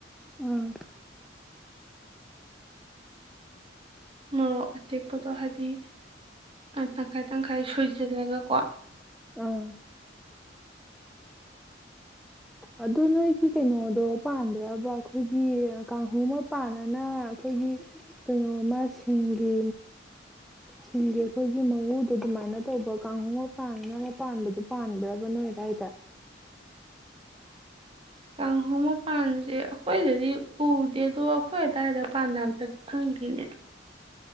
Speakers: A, in the centre; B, on the right.
A: ꯑꯥ
B: ꯃꯣꯔꯣꯛ ꯑꯇꯦꯛꯄꯗꯣ ꯍꯥꯏꯗꯤ ꯇꯪꯈꯥꯏ ꯇꯪꯈꯥꯏ ꯁꯣꯏꯁꯤꯜꯂꯒꯀꯣ
A: ꯑꯥ ꯑꯗꯨ ꯅꯣꯏꯒꯤ ꯀꯩꯅꯣꯗꯣ ꯄꯥꯟꯕ꯭ꯔꯕ ꯑꯩꯈꯣꯏꯒꯤ ꯀꯥꯡꯍꯧ ꯑꯃ ꯄꯥꯟꯅꯅ ꯑꯩꯈꯣꯏꯒꯤ ꯀꯩꯅꯣꯃ ꯁꯤꯡꯒꯤ ꯁꯤꯡꯒꯤ ꯑꯩꯈꯣꯏꯒꯤ ꯃꯎꯗꯣ ꯑꯗꯨꯃꯥꯏꯅ ꯇꯧꯕ ꯀꯥꯡꯍꯧ ꯑꯃ ꯄꯥꯟꯅ ꯑꯃ ꯄꯥꯟꯕꯗꯣ ꯄꯥꯟꯕ꯭ꯔꯕ ꯅꯣꯏꯗꯥꯏꯗ
B: ꯀꯥꯡꯍꯣ ꯃꯄꯥꯟꯁꯦ ꯑꯩꯈꯣꯏꯗꯗꯤ ꯎꯗꯦ ꯑꯗꯣ ꯑꯩꯈꯣꯏ ꯑꯗꯨꯋꯥꯏꯗ ꯄꯥꯟꯅꯕ꯭ꯔꯗꯤ ꯈꯪꯗꯦꯅꯦ